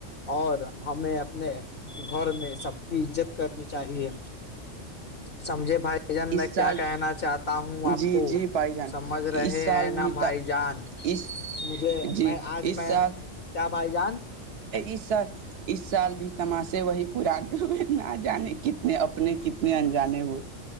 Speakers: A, on the left; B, on the right.
A: اور ہمیں اپنے گھر میں سب کی عزت کرنی چاہیے سمجے بھائی بھائی جان
B: اس
A: میں
B: سال
A: کیا کہنا چاہتا ہوں آپ
B: جی
A: کو
B: جی بھائی جان
A: سمجھ رہے
B: اس سال
A: ہیں نہا
B: بھی
A: بھائی جان
B: اس
A: مجھے
B: جی
A: میں آج
B: اس
A: میں
B: سال
A: کیا بھائی جان
B: ع سر اس سال بھی تماشے وہی پانے ہوئے نہ جانے کتنے اپنے کتنے انجانے ہوئے